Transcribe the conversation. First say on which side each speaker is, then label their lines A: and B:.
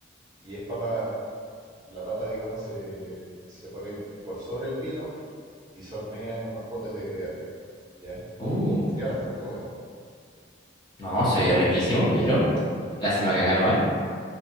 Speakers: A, on the right (about 20°); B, on the left (about 25°).
A: Y es papa, la papa, digamos, se, se pone por sobre el pino y se hornea en unos potes de greda. ¿Ya?
B: uh.
A: Queda bastante bueno.
B: No, se oye riquísimo, quiero. Lástima
A: Sí,
B: que acá no hay.
A: de,